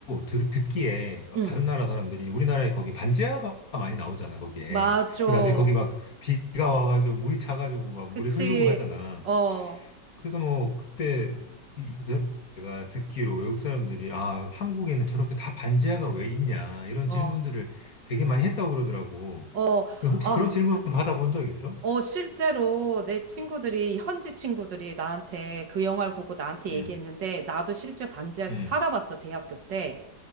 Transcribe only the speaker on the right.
응,
맞아.
그치.
어,
어,
어,
아.
어, 실제로 내 친구들이, 현지 친구들이 나한테 그 영화를 보고 나한테 얘기했는데,
나도 실제 반지하에서
살아봤어, 대학교 때.